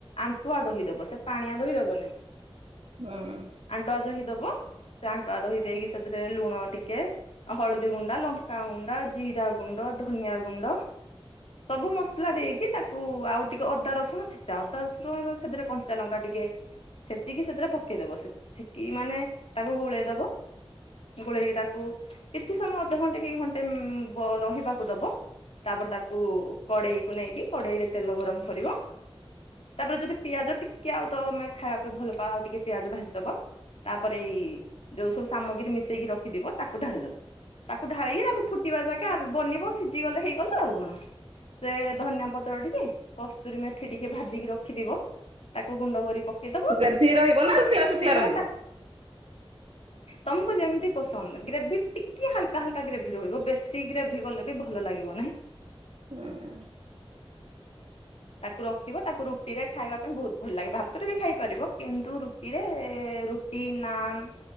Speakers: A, on the left; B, on the right.
A: ଆଣ୍ଟୁଆ ଦହିଦବ ସେ ପାଣିଆ ଦହିଦବ ନାହିଁ
B: ହୁଁ
A: ଆଣ୍ଟୁଆ ଦହି ଦବ ସେ ଆଣ୍ଟୁଆ ଦହି ଦେଇକି ସେଥିରେ ଲୁଣ ଟିକେ ହଳଦୀ ଗୁଣ୍ଡା ଲଙ୍କା ଗୁଣ୍ଡ୍। ଗାଆ ଜିରା ଗୁଣ୍ଡ, ଧନିଆ ଗୁଣ୍ଡ ସବୁ ମସଲା ଦେଇକି ତାକୁ ଆଉ ଟିକେ ଅଦା ରସୁଣ ଛେଚା ଅଦା ରସୁଣ ସେଥିରେ କନ୍ କଚା ଲଙ୍କା ଟିକେ ଛେଚିକି ସେଥିରେ ପକେଇଦବ ଛିକ୍ ଛେକିକି ମାନେ ତାକୁ ଗୋଳେଇଦବ। ଗୋଳେଇକି ତାକୁ କିଛି ସମୟ ଅଧଘଣ୍ଟେ କି ଘଣ୍ଟେଏ--ଉଁ-ଗର ରହିବାକୁ ଦବ। ତାପରେ ତାକୁ କଡ଼େଇ କୁ ନେଇକି କଡେଇ ରେ ତେଲ ଗରମ କରିବ ତାପରେ ଯଦି ପିଆଜ ଟିକେ ଆଉ ତଅ ତମେ ଖାଇବା ଭଲ ପାଅ ଆଉ ଟିକେ ପିଆଜ ଭାଜିଦବ। ତାପରେ ଏଇ ଯୋଉ ସବୁ ସାମଗ୍ରୀ ମିଶେଇକି ରଖିଥିବ ତାକୁ ଢାଳି ଦବ ତାକୁ ଢାଳିକି ତାକୁ। ଫୁଟିବା କଥା ବନେଇବ ସିଝିଗଲେ ହେଇଗଲେ ଆଉ କଣ। ସେଏ ଧନିଆ ପତ୍ର ଟିକେ କସ୍ତୁରୀ ମେଥି ଟିକେ ଭାଜିକି ରଖିଥିବ ତାକୁ ଗୁଣ୍ଡ କରି ପକେଇଦବ
B: ଗ୍ରେଭି ରହିବ ନା ଶୁଖିଲା ଶୁଖିଲା
A: ହେଇଗଲା
B: ରହିବ?
A: ତାକ୍ ତମକୁ ଯେମିତି ପସନ୍ଦ ଗ୍ରେଭି ଟିକେ ହାଲକା ହାଲକା ଗ୍ରେଭ୍। ଭି ରହିବ ବେଶୀ ଗ୍ରେଭି ଗଲେ ବି ଭଲ ଲାଗିବ ନାହିଁ
B: ଏଁ
A: <inaudible> ତାକୁ ରଖିବ ତାକୁ ରୁଟିରେ ଖାଇବା ପାଇଁ ବହୁତ୍ ଭଲ ଲାଗେ ଭାତରେ ବି ଖାଇପାରିବ କିନ୍ତୁ ରୁଟ୍। କିରେ ରୁଟି, ନାନ୍।